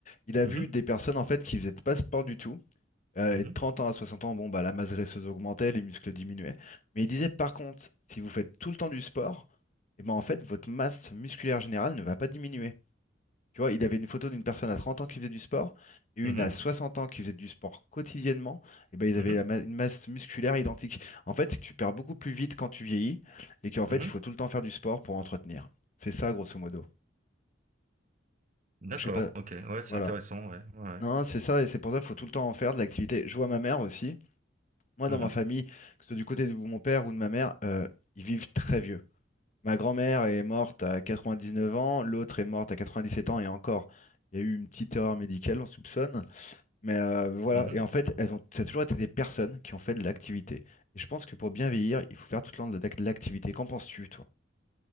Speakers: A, on the left (about 40°); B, on the right (about 40°).
A: Il a
B: Mhm,
A: vu des personnes en fait qui faisaient pas de sport du tout. Euh,
B: mhm,
A: et de 30 ans à 60 ans, bon bah la masse graisseuse augmentait, les muscles diminuaient. Mais il disait par contre, si vous faites tout le temps du sport, et ben en fait votre masse musculaire générale ne va pas diminuer. Tu vois, il avait une photo d'une personne à 30 ans qui faisait du sport et une
B: mhm,
A: à 60 ans qui faisait du sport quotidiennement. Et ben, ils
B: mhm,
A: avaient la ma- une masse musculaire identique. En fait, c'est que tu perds beaucoup plus vite quand tu vieillis et qu'en fait,
B: mhm.
A: il faut tout le temps faire du sport pour entretenir. C'est ça, grosso modo.
B: D'accord,
A: Donc, je sais pas.
B: ok, ouais, c'est
A: Voilà.
B: intéressant, ouais, ouais.
A: Non, c'est ça et c'est pour ça qu'il faut tout le temps en faire de l'activité. Je vois ma mère aussi. Moi,
B: Mhm,
A: dans ma famille, que ce soit du côté de mon père ou de ma mère, euh, ils vivent très vieux. Ma grand-mère est morte à 99 ans, l'autre est morte à 97 ans et encore. Il y a eu une petite erreur médicale, on soupçonne. Mais euh, voilà,
B: mhm.
A: et en fait, elles ont, ça a toujours été des personnes qui ont fait de l'activité. Et je pense que pour bien vieillir, il faut faire tout le temps de l'ac- de l'activité. Qu'en penses-tu, toi?